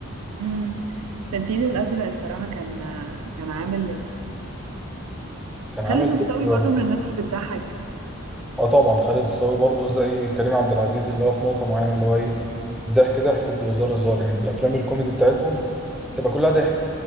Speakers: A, on the right (about 85°); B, in the centre.
A: امم في الفيل الازرق الصراحه كان آه، كان عامل ال-
B: كان عامل
A: خالد الصاوي
B: دور
A: برضه من الناس اللي بتضحك
B: اه طبعا خالد الصاوي برضو زي كريم عبد العزيز اللي هو في نقطة معينة اللي هو ايه الضحك ضحك وفي الهزار هزار يعني الأفلام الكوميدي بتاعتهم تبقى كلها ضحك